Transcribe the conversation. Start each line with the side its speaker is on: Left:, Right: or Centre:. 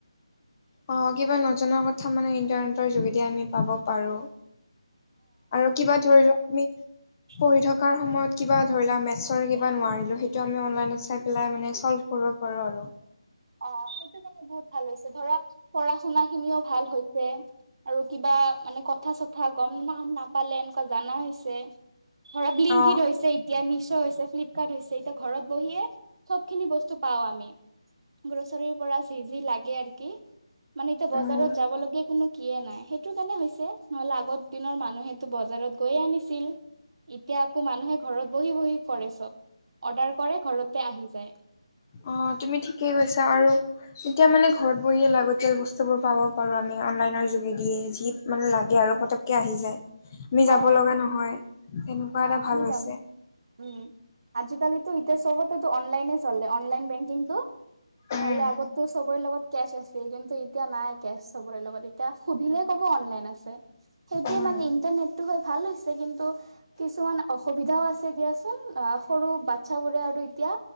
Left: অ' কিবা নজনা কথা মানে ইণ্টাৰনেটৰ যোগেদি আমি পাব পাৰো। আৰু কিবা ধৰি লোৱা তুমি
Right: উ।
Left: পঢ়ি থকাৰ সময়ত কিবা ধৰি লোৱাক মেটছৰে কিবা নোৱাৰিলোঁ সেইটো আমি অনলাইনত চাই পেলাই মানে চল্ভ কৰিব পাৰো আৰু।
Right: অ' সেইটো কাৰণে বহুত ভাল হৈছে ধৰা পঢ়া শুনা খিনিও ভাল হৈছে। আৰু কিবা মানে কথা চথা গম ন নাপালে এনেকুৱা জানা হৈছে। ধৰা লিংকিত
Left: অ
Right: হৈছে। এতিয়া মিছ' হৈছে ফ্লিপকাৰ্ট হৈছে এতিয়া ঘৰত বহিয়ে চব খিনি বস্তু পাও আমি। গ্ৰছাৰীৰ পৰা চিজি লাগে আৰু কি মানে এতিয়া বজাৰত
Left: উম
Right: যাব লগীয়া কোনো। কিয়ে নাই সেইটো কাৰণে হৈছে নহ'লে আগত দিনৰ মানুহেতো বজাৰত গৈয়ে আনিছিল। এতিয়া আকৌ মানুহে ঘৰত বহি বহি কৰে চব অৰ্ডাৰ কৰে ঘৰতে আহি যায়।
Left: অ' তুমি ঠিকেই কৈছা আৰু। এতিয়া মানে ঘৰত বহিয়ে লাগতিয়াল বস্তু বোৰ পাব পাৰো আমি অনলাইনৰ যোগেদিয়ে যি মানে লাগে আৰু পতক আহি যায় আমি যাব
Right: অ
Left: লগা নহয়। তেনেকুৱা
Right: অ'
Left: এটা ভাল
Right: আমি
Left: হৈছে
Right: যাব। উম আজিকালি তো ইতিে চবতো অ অননলাইনে চললে অনলাইন বেংকিং তো। নহলে
Left: উম
Right: আগতো সবৰে লগত কেচ আছে। ছিজনতু কিন্তু এতিয়া নাই কেচ চবৰে লগত এতিয়া সুধিলে ক'ব অনলাইন আছে। সেইটোয়ে
Left: উম
Right: মানে ইণ্টাৰনেটটো হৈ ভাল হৈছে কিন্তু কিছুমান অসুবিধাও আছে দিয়াচোন আহ সৰু বাচ্ছাবোৰে আৰু এতিয়া